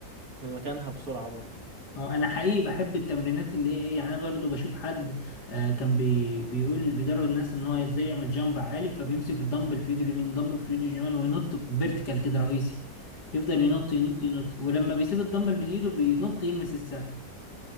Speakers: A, on the right; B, on the left.
A: في مكانها بسرعة برضه
B: اه انا حقيقي بحب التمرينات اللي هي ايه يعني انا برضه بشوف حد آه كان بي بيقول بيدرب الناس ان هو ازاي يعمل جامب عالي فبيمسك دمبل في ايده اليمين دمبل في ايده الشمال وينط فيرتيكال كده رئيسي يفضل ينط ينط ينط ولما بيسيب الدمبل من ايده بينط يلمس السقف